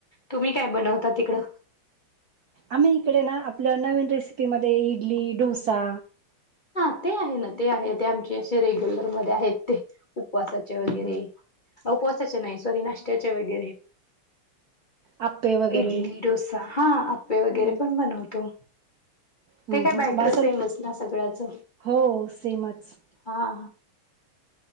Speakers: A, on the left; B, on the right.
A: तुम्ही काय बनवता तिकडं?
B: आम्ही इकडे ना आपल नवीन रेसिपीमध्ये इडली, ढोसा,
A: हा ते आहे ना ते आहे ते आमचे असे रेग्युलर मध्ये आहेत ते उपवासाचे वगैरे
B: हं,
A: उपवासाचे नाय, सॉरी नाश्त्याचे वगैरे
B: आप्पे वगैरे
A: इडली, डोसा, हा आप्पें वगैरे
B: हं,
A: पण बनवतो
B: हं,
A: ते काय
B: हं.
A: बॅटर
B: मग असं
A: सेमच ना सगळ्याच?
B: हो सेमच
A: हा